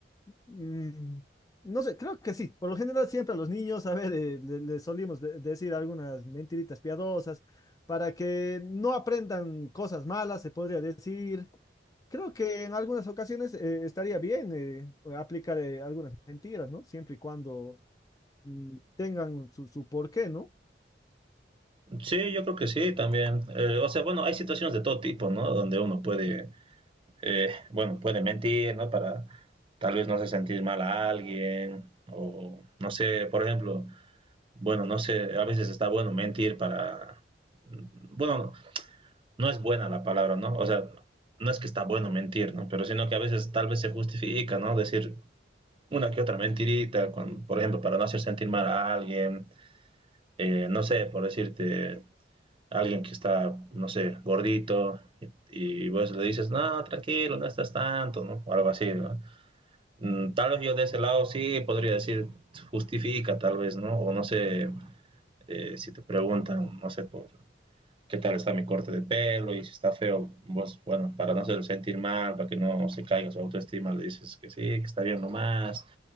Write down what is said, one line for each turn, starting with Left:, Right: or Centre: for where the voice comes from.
Left: Mm, no sé, creo que sí. Por lo general siempre a los niños, a ver, eh, le, le solimos de- decir algunas mentiritas piadosas para que no aprendan cosas malas, se podría decir. Creo que en algunas ocasiones eh, estaría bien eh, aplicar eh, algunas mentiras, ¿no? Siempre y cuando mm, tengan su, su porqué, ¿no?
Right: Sí, yo creo que sí, también. Eh, o sea, bueno, hay situaciones de todo tipo, ¿no? Donde uno puede eh, bueno, puede mentir, ¿no? Para tal vez no hacer sentir mal a alguien, o no sé, por ejemplo, bueno, no sé, a veces está bueno mentir para, bueno, no es buena la palabra, ¿no? O sea, no es que está bueno mentir, ¿no? Pero sino que a veces tal vez se justifica, ¿no? Decir una que otra mentirita, con, por ejemplo, para no hacer sentir mal a alguien, eh, no sé, por decirte, alguien que está, no sé, gordito, y, y vos le dices, no, tranquilo, no estás tanto, ¿no? O algo así, ¿no? Mm, Tal vez yo de ese lado sí podría decir justifica, tal vez, ¿no? O no sé eh, si te preguntan, no sé por qué tal está mi corte de pelo y si está feo, vos, bueno, para no hacerlo sentir mal, para que no se caiga su autoestima, le dices que sí, que está bien nomás.